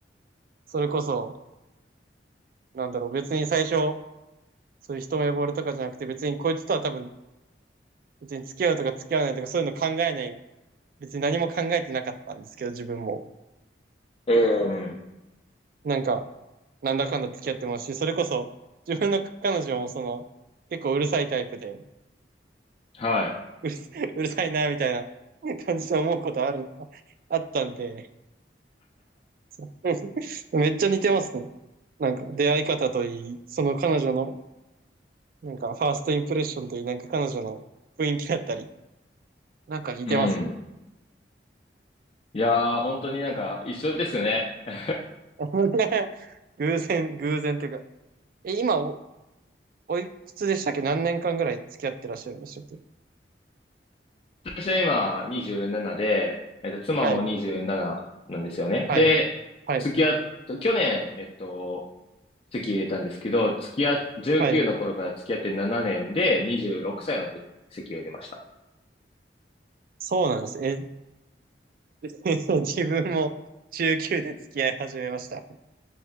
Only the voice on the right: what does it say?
それこそ、なんだろう、別に最初、そういう一目惚れとかじゃなくて、別にこいつとは多分、別に付き合うとか付き合わないとか、そういうの考えない、別に何も考えてなかったんですけど、自分も。
なんか、なんだかんだ付き合ってますし、それこそ、自分の彼女もその、結構うるさいタイプで、
うる、<laughs> うるさいな、みたいな感じで思うことある、あったんで、<laughs> めっちゃ似てますね。なんか出会い方といい、その彼女の、なんかファーストインプレッションといい、なんか彼女の雰囲気だったり、なんか似てますね。
<laughs> 偶然、偶然っていうか、え、今お、おいくつでしたっけ何年間ぐらい付き合ってらっしゃるんでしたっけ
はい、はい、
はい、
はい。そうなんですねえ、<laughs> 自分も中級で付き合い始めました。